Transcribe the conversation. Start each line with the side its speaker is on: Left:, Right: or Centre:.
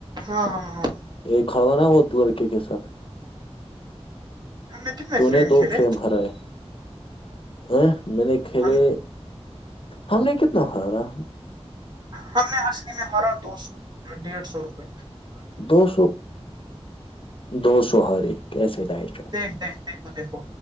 Right: ہاں ہاں ہاں
Left: ایک کھالانا وہ لڑکے کے ساتھ
Right: ہم کتنے
Left: تو نے دو
Right: کھیلے
Left: فریم ہرائے ا میں نے کھیلے
Right: ہم
Left: ہم نے کتنا ہارا
Right: ہم نے اصلی میں ہارا دو سو ڈیڑھ سو روپے
Left: دو سو دو سو ہرے کیسے دائش
Right: دیکھ دیکھ دیکھو دیکھو